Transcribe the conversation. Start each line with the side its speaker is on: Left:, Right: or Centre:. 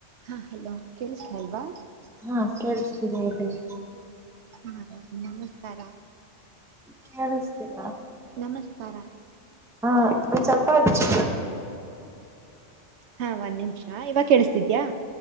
Right: ಹಾ ಹಲೋ ಕೇಳಿಸತಾ ಅಲ್ವಾ
Centre: ಹಾ ಕೇಳಿಸತಿದೆ ಹೇಳಿ
Right: ಹದ ನಮಸ್ಕಾರ
Centre: ಕೇಳಿಸತೀರ
Right: ನಮಸ್ಕಾರ
Centre: ಹಾ ಒಂದ್ ಸ್ವಲ್ಪ ಅಚ್ಚು
Right: ಹಾ ಒಂದ್ ನಿಮಿಷ ಇವಾಗ ಕೇಳಿಸತಿದ್ಯಾಾ